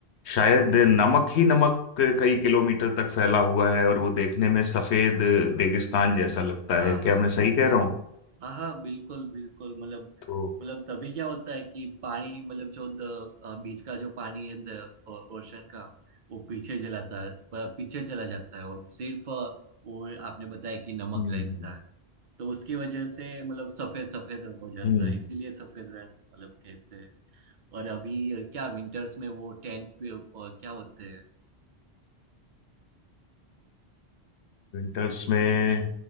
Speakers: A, on the left; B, on the right.
A: शायद नमक ही नमक कई किलोमीटर तक फैला हुआ है और वो देखने में सफेद रेगिस्तान जैसा लगता
B: हाँ
A: है क्या
B: हाँ
A: मैं सही
B: हाँ
A: कह रहा हूँ
B: हाँ हाँ बिल्कुल बिल्कुल मतलब
A: तो
B: मतलब तभी क्या होता है कि पानी मतलब जो द, अ, बीच का जो पानी है द ओ- ओशन का वो पीछे चलाता है प- पीछे चला जाता है और सिर्फ अ, वो आपने बताया कि नमक
A: हम्म
B: रहता है तो उसकी वजह से मतलब सफेद सफेद हो जाता
A: हम्म हम्म।
B: है इसीलिए सफेद रंग मतलब कहते हैं और अभी अ, क्या विंटर्स में वो टेंट पे अ, क्या होते हैं
A: विंटर्स में